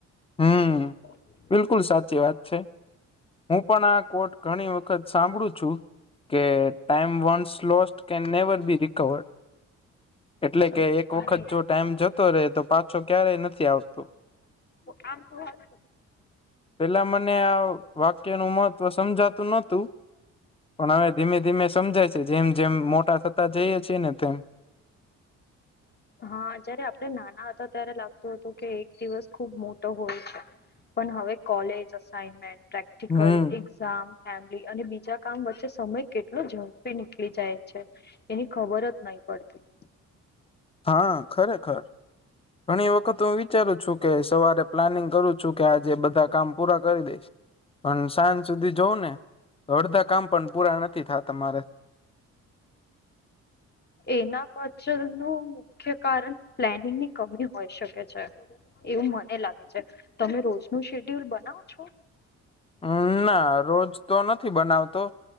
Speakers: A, on the left; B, on the left.
A: હમ.
B: હ.
A: બિલકુલ સાચી વાત છે હું પણ આ કોટ ઘણી વખત સાંભળું છું. કે ટાઈમ વસ લો કેન નેવર બી રિકવર્ડ. એટલે
B: સાચું
A: કે એક વખત જો ટાઈમ જતો રહેે તો પાછો ક્યારેય નથી આવતો.
B: આમ <unintelligible>
A: પેલા મને આ વાક્ય નું મહત્વ સમજાતું નતું પણ હવે ધીમે ધીમે સમજાય જેમ જેમ મોટા થતા જઈએ છેીએ ને તેમ
B: હા જયારે આપડે નાના હતા ત્યારે લાગતું હતું કે એક દિવસ ખુબ મોટો હોય છે. પણ હવે કોલેજ અઇનમેન્ટ પ્રેક્ટિકલ.
A: હમ
B: ામ ફેમલી અને બીજા કામ વચ્ચે સમય કેટલો ઝડપી નીકળી જાય છે. એની ખબર જ નહી પડતી.
A: હા ખરેખર ઘણી વખત હું વિચારું છું કે સવારે. પ્લાનિંગ કરું છું કે આજે બધા કામ પૂરા કરી દઈશ. પણ સાંજ સુધી જઉં ને અડધા કામ પણ પૂરા નથી થા તમારાથી.
B: એના પાછલ ન મુખ્ય કારણ પ્લેનિંગની કમી હોય શકે છે. એવું મને લાગે છે તમે રોજ ન શેડ્યુલ બનાવો છો.
A: હમ ના રોજ તો નથી બનાવતો.